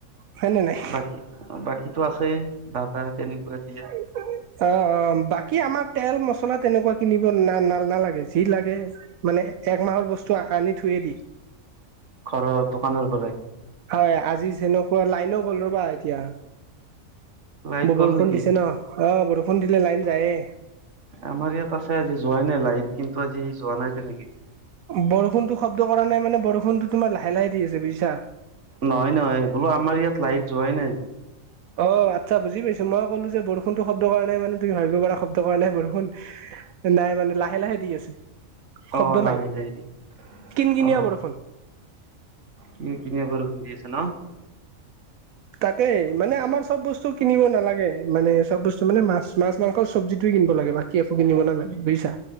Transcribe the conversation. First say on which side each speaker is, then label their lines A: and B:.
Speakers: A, on the right (about 85°); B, on the right (about 60°).
A: হয় নে নাই
B: বাকী বাকীতো আছেই দাদা তেনেকুৱা দিয়া।
A: <unintelligible> অ'-অ' বাকী আমাৰ তেল মছলা তেনেকুৱা কিনিব না না নালাগে যি লাগে মানে একমাহৰ বস্তু আনি থয়ে দিওঁ।
B: ঘৰৰ দোকানৰ পৰাই
A: হয় আজি যেনেকুৱা লাইনো গ'ল ৰবা এতিয়া
B: লাইট গ'ল
A: বৰষুণ
B: নেকি
A: দিছে ন', অ' বৰষুণ দিলে লাইন যায়ে।
B: আমাৰ ইয়াত আছে আজি যোৱাই নাই লাইট কিন্তু আজি যোৱা নাই তেনেকে।
A: বৰষুণতো শব্দ কৰা নাই মানে বৰষুণতো তোমাৰ লাহে-লাহে দি আছে বুজিছা।
B: নহয়-নহয় বোলো আমাৰ ইয়াত লাইট যোৱাই নাই।
A: অ' আচ্ছা বুজি পাইছোঁ মই কলোঁ যে বৰষুণতো শব্দ কৰা নাই কাৰণে মানে তুমি ভাবিব পাৰা শব্দ কৰা নাই। বৰষুণ নাই মানে লাহে-লাহে দি আছে। শব্দ
B: অ' লাহে-
A: নাই
B: লাহে দিছে,
A: কিন কিনিয়া
B: অ'।
A: বৰষুণ।
B: কিন কিনিয়া বৰষুণ দি আছে ন'?
A: তাকেই মানে আমাৰ চব বস্তু কিনিব নালাগে মানে চব বস্তু মানে মাছ-মাছ মাংস চবজিটোৱে কিনিব লাগে বাকী বাকী একো কিনিব নালাগে বুজিছা।